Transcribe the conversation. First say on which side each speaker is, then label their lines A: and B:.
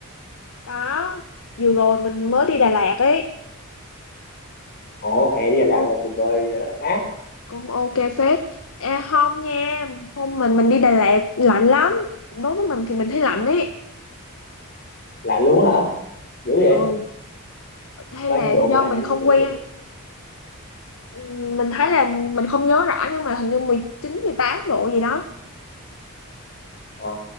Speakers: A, on the left (about 65°); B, on the left (about 45°).
A: Có, vừa rồi mình mới đi Đà Lạt ấy,
B: ồ, hè đi
A: cũng
B: Đà Lạt
A: ok,
B: là tuyệt vời rồi gì nữa, á,
A: cũng ok phết. À, không nha, hôm mình mình đi Đà Lạt lạnh lắm. Đối với mình thì mình thấy lạnh ấy.
B: lạnh luôn á hả? Dữ vậy,
A: Ừ, hay
B: bao
A: là
B: nhiêu độ
A: do
B: mà lạnh
A: mình
B: luôn
A: không
B: dữ
A: quen. Ừ, Mình thấy là mình không nhớ rõ nhưng mà hình như 19, 18 độ gì đó.
B: Ờ,